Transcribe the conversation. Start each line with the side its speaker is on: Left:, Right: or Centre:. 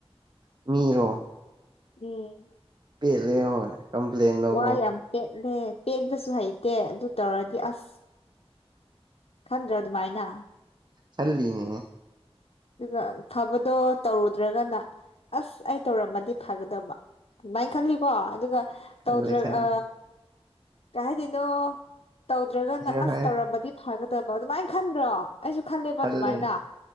Right: ꯃꯤꯔꯣ
Left: ꯎꯝ
Right: ꯄꯦꯠꯂꯦ ꯍꯣꯏ ꯀꯝꯄ꯭ꯂꯦꯟ ꯂꯧꯋꯣ
Left: ꯋꯥ ꯌꯥꯝ ꯄꯦꯠꯂꯦ ꯄꯦꯠꯄꯁꯨ ꯍꯩꯇꯦ ꯑꯗꯨ ꯇꯧꯔꯗꯤ ꯑꯁ ꯈꯟꯗ꯭ꯔ ꯑꯗꯨꯃꯥꯏꯅ
Right: ꯆꯜꯂꯤꯅꯦ
Left: ꯑꯗꯨꯒ ꯐꯕꯗꯣ ꯇꯧꯔꯨꯗ꯭ꯔꯒꯅ ꯑꯁ ꯑꯩ ꯇꯧꯔꯝꯃꯗꯤ ꯐꯒꯗꯕ ꯑꯗꯨꯃꯥꯏꯅ ꯈꯜꯂꯤꯕꯣ ꯑꯗꯨꯒ
Right: ꯈꯜꯂꯦ
Left: ꯇꯧꯗ꯭ꯔ
Right: ꯈꯜꯂꯦ
Left: ꯑ ꯀꯩ ꯍꯥꯏꯗꯣꯏꯅꯣ ꯇꯧꯗ꯭ꯔꯒꯅ
Right: ꯍꯥꯏꯌꯣ
Left: ꯑꯁ
Right: ꯍꯥꯏꯌꯣ
Left: ꯇꯧꯔꯝꯕꯗꯤ ꯐꯒꯗꯕ ꯑꯗꯨꯃꯥꯏꯅ ꯈꯟꯗ꯭ꯔꯣ ꯑꯩꯁꯨ ꯈꯜꯂꯦꯕ
Right: ꯈꯜꯂꯦ
Left: ꯑꯗꯨꯃꯥꯏꯅ